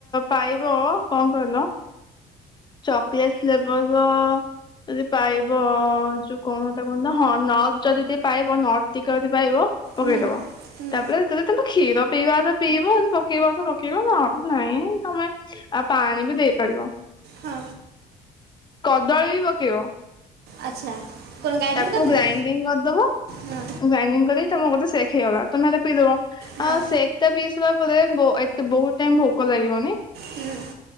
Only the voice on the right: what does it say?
ହୁଁ, ହୁଁ
ହଁ
ଆଚ୍ଛା। କ'ଣ ଗାଇଡ୍ରିଂ
କରିଦେବି
ହଁ
ହଁ
ହୁଁ